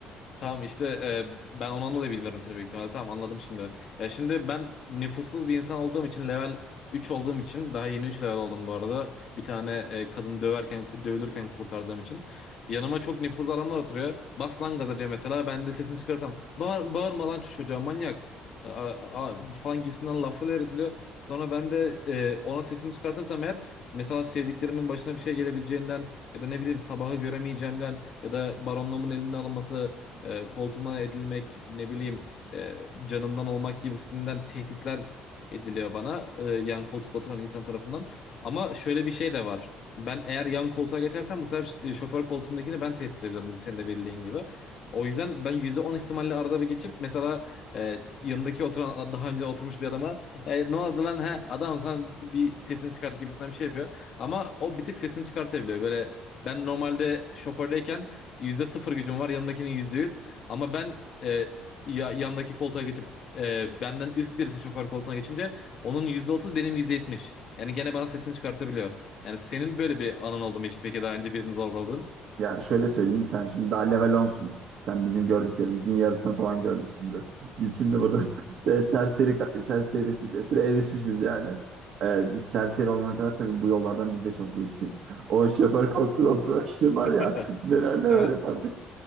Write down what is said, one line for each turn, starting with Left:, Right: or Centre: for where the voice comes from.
Left: Tamam işte e, ben ondan dolayı bilmiyorum seni büyük ihtimalle. Tamam anladım şimdi. Ya şimdi ben nüfussuz bir insan olduğum için level 3 olduğum için daha yeni 3 level oldum bu arada. Bir tane e, kadın döverken dövülürken kurtardığım için. Yanıma çok nüfuzlu adamlar oturuyor. Bas lan gaza diyor mesela. Ben de sesimi çıkarsam bağır, bağırma lan şu çocuğa manyak a- a- a- falan gibisinden laflar ediliyor. Sonra ben de e, ona sesimi çıkartırsam eğer mesela sevdiklerimin başına bir şey gelebileceğinden ya da ne bileyim sabahı göremeyeceğimden ya da baronluğumun elimden alınması e, koltuğuma edilmek, ne bileyim e, canımdan olmak gibisinden tehditler ediliyor bana e, yan koltukta oturan insan tarafından. Ama şöyle bir şey de var. Ben eğer yan koltuğa geçersem bu sefer şoför koltuğundakini ben tehdit edebilirim senin de bildiğin gibi. O yüzden ben %10 ihtimalle arada bir geçip mesela e, yanındaki oturan daha önce oturmuş bir adama e, ne oldu lan he adam sen bir sesini çıkart gibisinden bir şey yapıyor. Ama o bir tık sesini çıkartabiliyor. Böyle ben normalde şofördeyken Yüzde sıfır gücüm var yanındakinin yüzde yüz. Ama ben e, ya, yandaki koltuğa geçip e, benden üst birisi şoför koltuğuna geçince onun yüzde otuz benim yüzde yetmiş. Yani gene bana sesini çıkartabiliyor. Yani senin böyle bir anın oldu mu hiç peki daha önce birini zorbaladın?
Right: Yani şöyle söyleyeyim sen şimdi daha level onsun. Sen bizim gördüklerimizin yarısını falan görmüşsündür. Biz şimdi burada <laughs> e, serseri serserilik listesine erişmişiz yani. Ee, biz serseri olana kadar tabii bu yollardan biz de çok geçtik. O şoför koltuğuna oturmak için
Left: <laughs>
Right: var ya neler neler
Left: Evet.
Right: yapardık.